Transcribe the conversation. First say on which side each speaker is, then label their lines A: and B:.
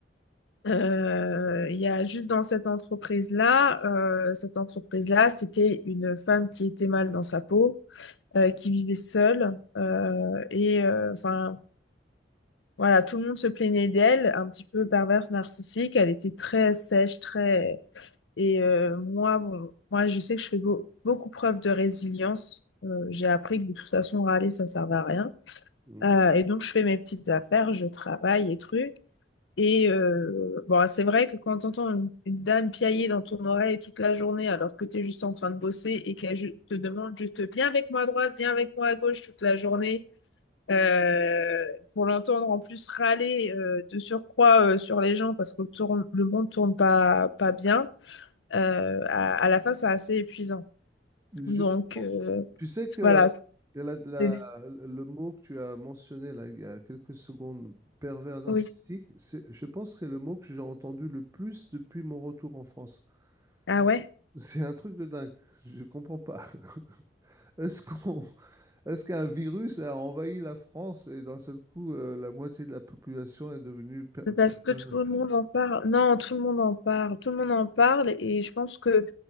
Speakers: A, on the left; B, on the right.
A: Euh, Il y a juste dans cette entreprise-là, euh, cette entreprise-là, c'était une femme qui était mal dans sa peau, euh, qui vivait seule, euh, et euh, enfin voilà, tout le monde se plaignait d'elle, un petit peu perverse, narcissique. Elle était très sèche, très et euh, moi, bon, moi, je sais que je fais beau- beaucoup preuve de résilience. Euh, j'ai appris que de toute façon, râler, ça ne servait à rien.
B: Mm.
A: Euh, et donc, je fais mes petites affaires, je travaille et trucs. Et euh, bon, c'est vrai que quand tu entends une, une dame piailler dans ton oreille toute la journée alors que tu es juste en train de bosser et qu'elle ju- te demande juste viens avec moi à droite, viens avec moi à gauche toute la journée, euh, pour l'entendre en plus râler euh, de surcroît euh, sur les gens parce que le, tourne- le monde tourne pas, pas bien, euh, à, à la fin c'est assez épuisant.
B: Je
A: Donc
B: comprends.
A: euh,
B: Tu sais
A: c'est-
B: que
A: voilà,
B: la- la-
A: c'est des-
B: le mot que tu as mentionné là, il y a quelques secondes, pervers narcissique,
A: oui.
B: c'est, je pense que c'est le mot que j'ai entendu le plus depuis mon retour en France. <laughs>
A: Ah ouais?
B: C'est un truc de dingue. Je comprends pas. <laughs> Est-ce qu'on, est-ce qu'un virus a envahi la France et d'un seul coup, euh, la moitié de la population est devenue per-
A: Parce
B: pervers
A: que tout
B: narcissique?
A: le monde en parle. Non, tout le monde en parle. Tout le monde en parle et je pense que